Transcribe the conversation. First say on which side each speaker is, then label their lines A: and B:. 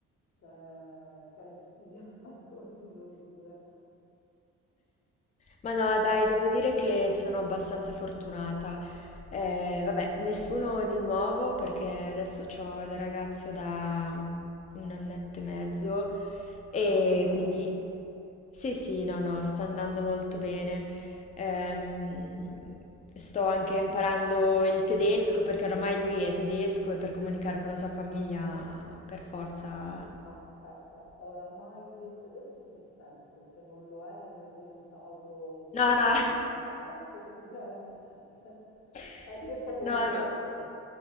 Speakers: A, on the left (about 60°); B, on the left (about 25°).
A: c'è carestia, <laughs> come si suol dire?
B: Ma no, dai, devo dire che sono abbastanza fortunata. Eh, vabbè, nessuno di nuovo perché adesso ho il ragazzo da un annetto e mezzo e
A: Ah, bene.
B: quindi sì, sì, no, no, sta andando molto bene. Ehm, sto anche imparando il tedesco perché oramai lui è tedesco e per comunicare con la sua famiglia per forza...
A: Ma aspetta, oramai lui è tedesco in che senso? Che non lo è, lo è diventato vivendo
B: No, no,
A: lì tanto tempo? Oppure <laughs> cioè,
B: <laughs>
A: è, lui è proprio
B: no,
A: tedesco?
B: no.